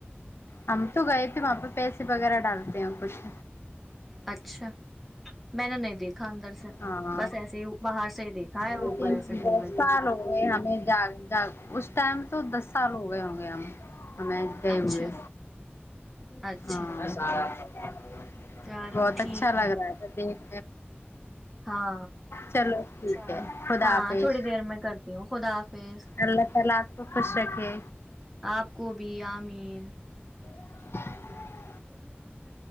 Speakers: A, on the left; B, in the centre.
A: ہم تو گئے تھے وہاں پہ پیسے وغیرہ ڈالتے ہیں کچھ
B: اچھا میں نے نہیں دیکھا اندر سے
A: ہاں
B: بس ایسے ہی باہر سے ہی دیکھا ہے
A: لیکن
B: اوپر ایسے گھومے
A: دس
B: تھے
A: سال ہو گئے ہمیں جاا اس ٹائم تو دس سال ہو گئے ہو گیا ہمیں گئے
B: اچھا
A: ہوئے
B: اچھا
A: ہ
B: چلو
A: بہت اچھا
B: ٹھیک
A: لگ رہا ہے دیکھ
B: ہاں
A: چلو ٹھیک
B: چلو
A: ہے خدا
B: ہاں
A: حافظ
B: تھوڑی دیر میں کرتی ہوں خدا حافظ
A: اللہ تعالی آپکو خوش رکھے
B: آپ کو بھی آمین
A: <inaudible>
B: ہ ہ ہ